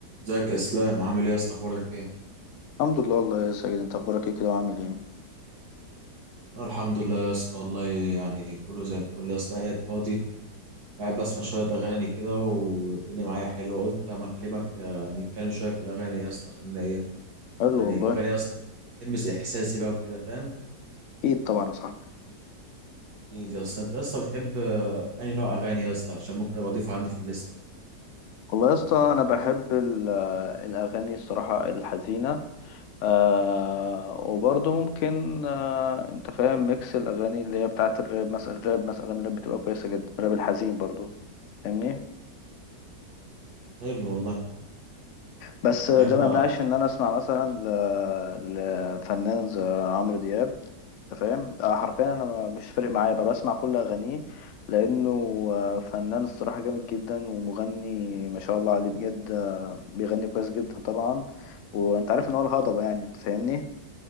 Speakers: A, on the right (about 65°); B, on the left (about 65°).
A: ازيك يا اسلام عامل ايه يا اسطى اخبارك ايه
B: الحمد لله والله يا ساجد انت اخبارك ايه كده وعامل ايه
A: انا الحمد لله يا اسطى والله يعني كله زي الفل يا اسطى قاعد فاضي قاعد بسمع شويه اغاني كده والدنيا معايا حلوه قلت اما اكلمك آه، نتكلم شويه في الاغاني يا اسطى عشان ايه
B: قال
A: يعني
B: له والله
A: الاغاني يا اسطى تلمس احساسي بقى وكده فاهم
B: اكيد طبعا يا صاحبي
A: اكيد يا اسطى انت يا اسطى بتحب آه، انهي نوع اغاني يا اسطى عشان ممكن ابقى اضيفه عندي في الليسته
B: والله يا اسطى انا بحب ال- آه، الاغاني الصراحه الحزينه آه وبرضه ممكن آه انت فاهم ميكس الاغاني اللي هي بتاعه الراب مثلا الراب مثلا اغاني الراب بتبقى كويسه جدا الراب الحزين برضه فاهمني
A: حلو والله
B: بس ده
A: يعني انت
B: ما يمنعش ان انا اسمع مثلا ل- لفنان زي عمرو دياب انت فاهم آه، حرفيا انا ما- مش فارق معايا بقى بسمع كل اغانيه لانه آه، فنان الصراحه جامد جدا ومغني ما شاء الله عليه بجد آه، بيغني كويس جدا طبعا وانت عارف ان هو الهضبه يعني انت فاهمني